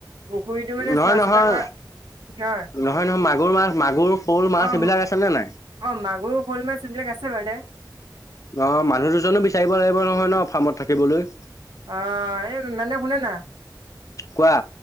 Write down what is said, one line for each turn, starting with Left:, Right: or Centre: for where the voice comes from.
Right: পুখুৰীটো মানে
Left: নহয়
Right: চোৱা-
Left: নহয়
Right: চিতা কৰা কি হয়।
Left: নহয় নহয় মাগুৰ মাছ মাগুৰ শ'ল মাছ
Right: অ,
Left: এইবিলাক
Right: ম
Left: আছে নে নাই?
Right: অ মাগুৰ, শ'ল মাছ এইবিলাক আছে বাৰু দে।
Left: অ মানুহ দুজনো বিচাৰিব লাগিব নহয় ন ফাৰ্মত থাকিবলৈ।
Right: অ এই মেনে শুনে না।
Left: কোৱা